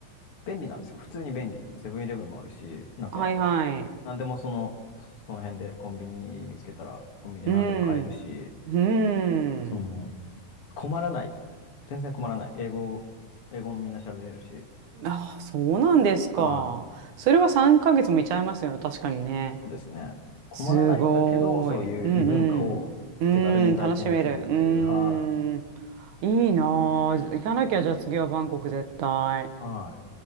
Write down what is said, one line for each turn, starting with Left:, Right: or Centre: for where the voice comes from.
Left: 便利なんですよ。普通に便利。セブンイレブンもあるし、なんか、
Right: はいはい。
Left: なんでもその、その辺でコンビニ見つけたら、コンビニで何でも買えるし、
Right: うん。うーん。
Left: その、困らない。全然困らない。英語、英語もみんな喋れるし。
Right: あ、そうなんですか。
Left: はい。
Right: それは3ヶ月もいちゃいますよね。確かにね。
Left: そうですね。困らないんだけど、
Right: すごーい。
Left: そういう異文化を手軽に体験できるっていう、
Right: うんうん。うん、楽しめる。う
Left: は
Right: ん。いいなぁ。
Left: い。ね
Right: 行かなきゃ、
Left: え。
Right: じゃあ次はバンコク絶対。
Left: は